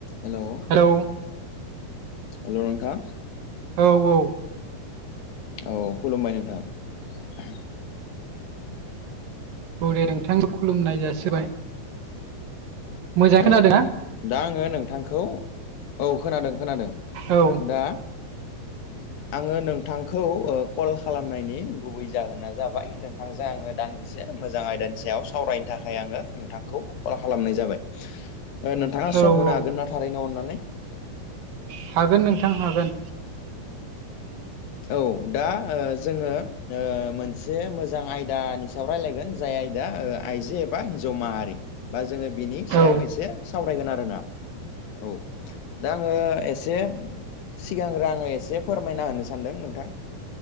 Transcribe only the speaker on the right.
Hello.
औ औ।
औ दे नोंथांखौ खुलुमनाय जासिबाय। मोजाङै खोनादोंना
औ
औ
औ
हागोन नोंथां हागोन।
औ